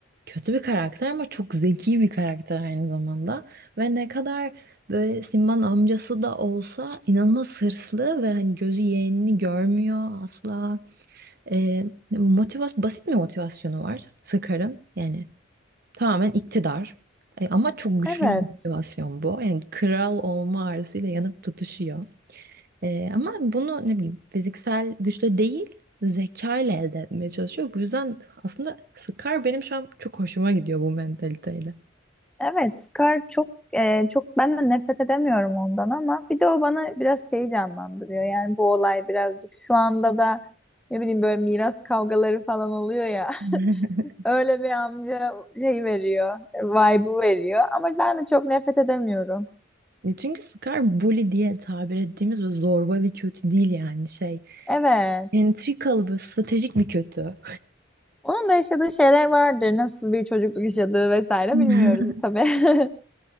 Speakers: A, on the right (about 50°); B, in the centre.
A: kötü bir karakter ama çok zeki bir karakter aynı zamanda. Ve ne kadar böyle Simba'nın amcası da olsa inanılmaz hırslı ve hani gözü yeğenini görmüyor asla. Ee, motivasyon, basit bir motivasyonu var Sıkarın Yani tamamen iktidar. E, ama çok güçlü
B: Evet.
A: bir motivasyon bu. Yani kral olma arzusuyla yanıp tutuşuyor. E, ama bunu ne bileyim fiziksel güçle değil zeka ile elde etmeye çalışıyor. Bu yüzden aslında Scar benim şu an çok hoşuma gidiyor bu mentaliteyle.
B: Evet, Scar çok e, çok ben de nefret edemiyorum ondan ama bir de o bana biraz şeyi canlandırıyor. Yani bu olay birazcık şu anda da ne bileyim böyle miras kavgaları falan oluyor ya.
A: <laughs>
B: <laughs> Öyle bir amca şey veriyor, vibe'ı veriyor ama ben de çok nefret edemiyorum.
A: E, Çünkü Scar bully diye tabir ettiğimiz böyle zorba bir kötü değil yani şey.
B: Evet.
A: Entrikalı böyle stratejik bir kötü.
B: Onun da yaşadığı şeyler vardır. Nasıl bir çocukluk yaşadığı vesaire
A: <laughs>
B: bilmiyoruz tabii. <laughs>